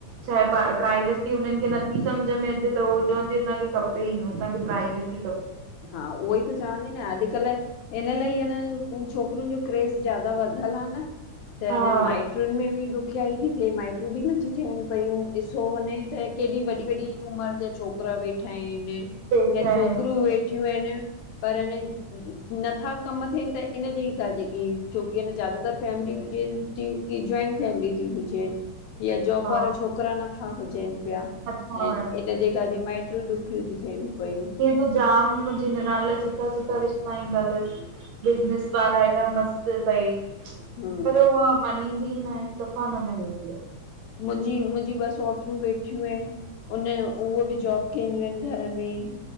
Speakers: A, on the right; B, on the left.
A: चाहे प प्राइवेसी हुननि खे नथी सम्झि में अचे त उहो चवंतियुं असांखे खपे ही न, असांखे प्राइवेसी खपे।
B: हा उहो ई त चवातीं न अॼुकल्हि इन लाइ हनि छोकिरियुंन जो क्रेज़ ज्यादा वधियलु आ न, त
A: हा
B: इन माइट ट्रिन में बि ॾुखियाई ती थिए, माईटियुं बि न न ती थियनि पियूं, ॾिसो वञे त केॾी वॾी- वॾी उमिरि जा छोकिरा वेठा आहिनि।
A: पैसा
B: या
A: आहिनि
B: छोकरियूं
A: उहे,
B: वेठियूं आहिनि। परु अनि नथा कमु थियनि त इनजेईअ करे, जेकी छोकिरी अनि जाग सभु फैमिली हुजेन तियुं की, जॉइंट फैमिली ती हुजेनि। या जॉबु
A: हा
B: वारा छोकिरा नथा हुजेनि पिया,
A: नथा
B: त
A: वणनि
B: इनजे करजे मा इटियुन ॾुखियूं थी थियेनि पयूं।
A: ईअं त जामि मुंहिंजी निणानु लाइ सुठा- सुठा रिश्ता ईंदा तसि। बिज़नेस वारा हेॾा मस्तु पई।
B: हम्म
A: पर उहा मञींदी न आहे, सफ़ा न मञींदी आ।
B: मुंहिंजी मुंहिंजी ॿ सोइट्रियुं वेठियूं आहिनि। उन उहो बि जॉब कंदियूं आहिन घर में